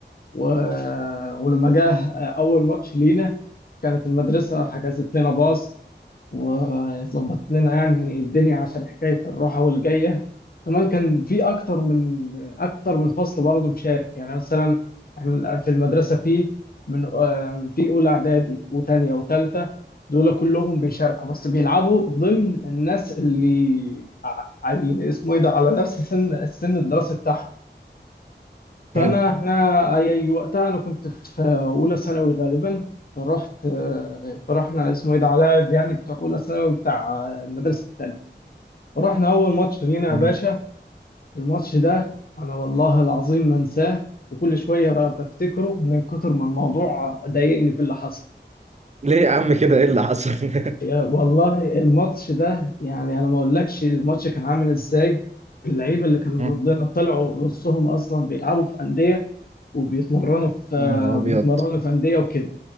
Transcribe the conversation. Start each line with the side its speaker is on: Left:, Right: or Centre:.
Left: و... ولما جه أول ماتش لينا كانت المدرسة حجزت لنا باص وظبطت لنا يعني الدنيا عشان حكاية الروحة والجاية كمان كان في أكتر من أكتر من فصل برضه مشارك يعني مثلا إحنا في المدرسة في من آه، في أولى إعدادي وتانية وتالتة دول كلهم بيشاركوا بس بيلعبوا ضمن الناس اللي ع- ع- اللي اسمه إيه ده على نفس سن السن الدراسي بتاعهم فانا
Right: حلو
Left: احنا اي وقتها انا كنت في اولى ثانوي غالبا فرحت فرحنا اسمه ايه ده علاء يعني بتاع اولى ثانوي بتاع المدرسه الثانيه فرحنا اول ماتش لينا
Right: مم،
Left: يا باشا الماتش ده انا والله العظيم ما انساه وكل شويه بقى بفتكره من كتر ما الموضوع ضايقني في اللي حصل
Right: ليه يا عم كده ايه اللي حصل <laughs>
Left: يا والله الماتش ده يعني انا ما اقولكش الماتش كان عامل ازاي اللعيبه اللي كانوا
Right: يا مم.
Left: ضدنا طلعوا نصهم اصلا بيلعبوا في انديه وبيتمرنوا في
Right: يا نهار ابيض
Left: بيتمرنوا في أندية وكده